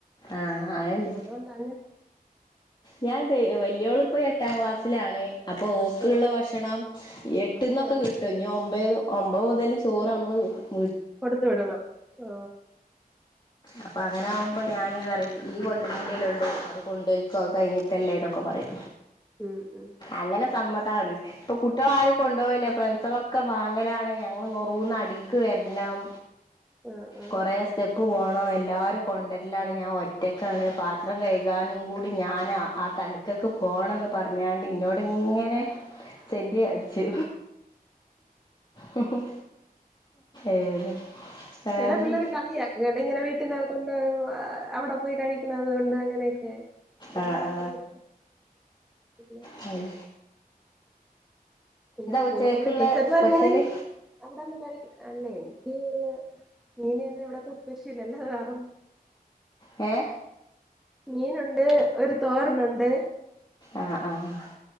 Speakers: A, on the left; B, in the centre.
A: ആഹ് അയെന്നെ
B: അതുകൊണ്ട് അങ്ങനെ
A: ഞാൻ തേ വല്യയോളിപ്പോ എട്ടാം ക്ലാസ്സിലാണ് അപ്പൊ ഓക്ക്ള്ള
B: ആഹ്
A: ഭക്ഷണം എട്ട്ന്നൊക്കെ
B: ആഹ് ആഹ്
A: കിട്ട് ട്ട് ഒമ്പത് മുതല് ചോറ് ഞമ്മള് വെക്കും
B: കൊടുത്ത് വിടണം ആഹ്
A: അപ്പോം അങ്ങനെ ആവുമ്പോ ഞാന് പറയ് ഈ കൊല്ലകുടിയാല്ലേ ഒള്ളൂ അത് കൊണ്ട്കൊയ്ക്കോ അത് കഴിഞ്ഞത്ത് അല്ലേ ഇതൊക്കെ പറയും
B: ഉം ഉം
A: അങ്ങനെ സമ്മതാണ് ഇപ്പൊ കുട്ടേള് ആരും കൊണ്ട്പോവാല്ല് ഇല്ലാ ഫ്രണ്ട്സൊളേക്കെ വാങ്ങലാണ് <unintelligible>
B: ഉം
A: അടിക്ക് വെരണം
B: ആഹ് ആഹ്
A: കോറേ സ്റ്റെപ്പ് പോ ആഹ് ഏല്ലാരും കൊണ്ട്വര ലാണ് ഞാൻ ഒറ്റക്ക്യാണ് പാത്രം കഴ്കാനും കൂടി ഞാനാ ആഹ് ത ക്കൊക്ക് പോണെന്ന് പറഞ്ഞാണ്ട് എന്നോട് ഇങ്ങനെ സെന്റി അടിച്ചു ഹുഹും ഏത് വേറെന്താ
B: ചെലേ പിള്ളേര് കളി ഇങ്ങാട്ട് ഇങ്ങനെ വീട്ടിന്ന് കൊണ്ട് അവടെ പോയി കഴിക്കണത് കൊണ്ട് അങ്ങനെയൊക്കെ എല്ലാ
A: ആ
B: പിള്ളരാം
A: ആ
B: <inaudible>
A: ഹായ്
B: പിന്നെ സ്കുള്ന്ന്
A: ഉച്ചയ്ക്കുള്ള
B: ടീച്ചർമാര്
A: സ്പെഷ്യല്
B: പറയും അവടെന്ന് കഴിക്ക അല്ലേ എനിക്ക് മീന് തന്നെയാഇവിടത്തെ സ്പെഷ്യല് അല്ലാ വേറേന്നാ
A: യെ
B: മീന് ഉണ്ട് ഒര് തോരനോണ്ട്
A: ആഹ് ആഹ് ആഹ്